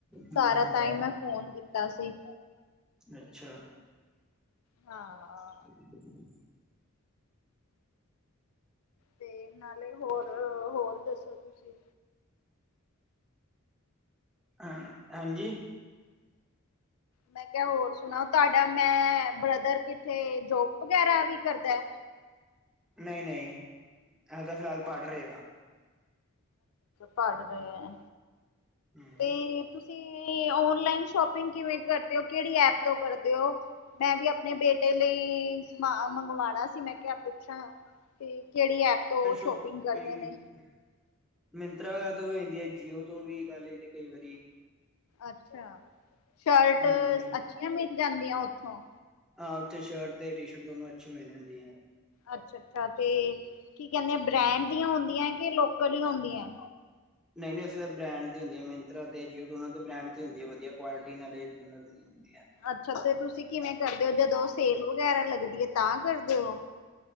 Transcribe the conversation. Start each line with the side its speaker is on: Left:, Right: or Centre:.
Centre: ਹੂੰ
Left: ਸਾਰਾ
Centre: ਹੂੰ
Left: ਤਾਈ ਨਾ ਫੋਨ ਕੀਤਾ ਸੀ।
Centre: ਅੱਛਾ।
Left: ਹਾਂ
Centre: <unintelligible>
Left: ਤੇ ਨਾਲੇ ਹੋਰ ਹੋਰ ਦੱਸੋ ਤੁਸੀਂ?
Centre: ਹਾਂ ਹਾਂਜੀ।
Left: ਮੈਂ ਕਿਹਾ ਹੋਰ ਸੁਣਾਉ ਤੁਹਾਡਾ ਮੈਂ ਬ੍ਰਦਰ ਕਿਥੇ ਜੋਬ ਵਗੈਰਾ ਵੀ ਕਰਦਾ।
Centre: ਨਹੀਂ, ਨਹੀਂ ਹਾਲੇ ਤਾਂ ਫਿਲਹਾਲ ਪੜ੍ਹ
Left: ਅੱਛਾ
Centre: ਰਿਹਾ।
Left: ਭੜ ਗਏ ਆ
Centre: ਹੂੰ
Left: ਤੇ ਤੁਸੀਂ ਓਨਲਾਈਨ ਸ਼ੋਪਿੰਗ ਕਿਵੇਂ ਕਰਦੇ ਹੋ? ਕਿਹੜੀ ਐਪ ਤੋਂ ਕਰਦੇ ਹੋ? ਮੈਂ ਵੀ ਆਪਣੇ ਬੇਟੇ ਲਈ ਮੰਗਵਾਉਣਾ ਸੀ। ਮੈਂ ਕਿਹਾ ਪੁੱਛਾਂ ਤੇ ਕਿਹੜੀ ਐਪ ਤੋਂ ਸ਼ੋਪਿੰਗ
Centre: ਸ਼ੌਪਿੰਗ
Left: ਕਰਦੇ ਨੇ?
Centre: ਮਿੰਤਰਾ ਵਗੈਰਾ ਤੋਂ ਵੀ ਹੋਜਾਂਦੀ ਹੈ ਜੀ ਊਜ਼ ਤੋਂ ਵੀ ਗੱਲ ਇਹ ਕਈ ਵਾਰੀ
Left: ਅੱਛਾ ਸ਼ਰਟ
Centre: ਹਾਂਜੀ
Left: ਅੱਛੀਆਂ ਮਿਲ ਜਾਂਦੀਆਂ ਉੱਥੋਂ
Centre: ਹਾਂ ਉੱਥੇ ਸ਼ਰਟ ਤੇ ਟੀ ਸ਼ਰਟ ਦੋਨੋ ਅੱਛੀ ਮਿਲ ਜਾਂਦੀ ਹੈ।
Left: ਅੱਛਾ ਅੱਛਾ ਤੇ ਕੀ ਕਹਿੰਦੇ ਆ ਬ੍ਰੈਂਡ ਦੀਆਂ ਹੁੰਦੀਆਂ ਕਿ ਲੋਕਲ ਹੀ ਹੁੰਦੀਆਂ
Centre: ਨਹੀਂ ਨਹੀਂ ਉੱਥੇ ਬ੍ਰੈਂਡ ਤੇ ਹੁੰਦੀ ਹੈ। ਮਿੰਤਰਾ ਤੇ ਜੀਓ ਦੋਨੋ ਦੇ ਬ੍ਰੈਂਡ ਤੇ ਹੀ ਹੁੰਦੀ ਹੈ। ਵਧੀਆ ਕੁਆਲਟੀ ਨਾਲੇ ਦੋਨੋ ਦੇ ਵਧੀਆ
Left: ਅੱਛਾ ਤੇ, ਤੁਸੀਂ ਕਿਵੇਂ ਕਰਦੇ ਹੋ? ਜਦੋਂ ਸੇਲ ਵਗੈਰਾ ਲੱਗਦੀ ਹੈ। ਤਾਂ ਕਰਦੇ ਹੋ